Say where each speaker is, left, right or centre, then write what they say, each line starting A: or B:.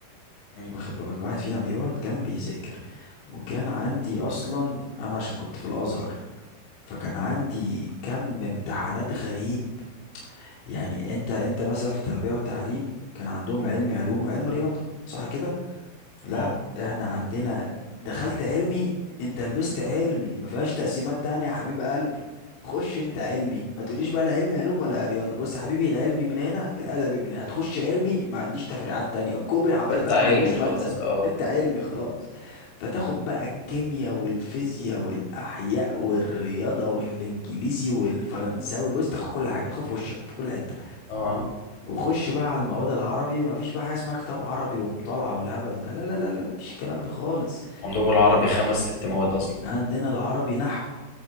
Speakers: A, on the left; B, on the left.
A: مم.
B: واخد بالك كل واحد فينا بيقعد كان بيذاكر وكان عندي اصلا انا عشان كنت في الازهر فكان عندي كم امتحانات غريب يعني انت انت مثلا في تربيه وتعليم كان عندهم علم علوم وعلم رياضه صح كده لا
A: اه
B: احنا عندنا دخلت علمي انت لبست علمي ما فيهاش تقسيمات تانية يا حبيب قلبي خش انت علمي ما تقوليش بقى لا علمي علوم ولا رياضة بص يا حبيبي العلمي من هنا الادبي من هنا هتخش علمي ما عنديش تفريعات تانية الكوبري حضرتك
A: فانت علمي
B: ما فيهوش منزل
A: خلاص اه
B: انت علمي خلاص فتاخد بقى الكيمياء والفيزياء والاحياء والرياضة والانجليزي والفرنساوي بص تاخد كل حاجة تاخد في وشك في كل حتة
A: اه
B: وخش بقى على المواد العربي مفيش بقى حاجة اسمها كتاب عربي ومطالعة والهبل ده لا لا لا لا لا، مفيش الكلام ده خالص
A: عندكم العربي خمس ست مواد اصلا
B: ده عندنا العربي نحو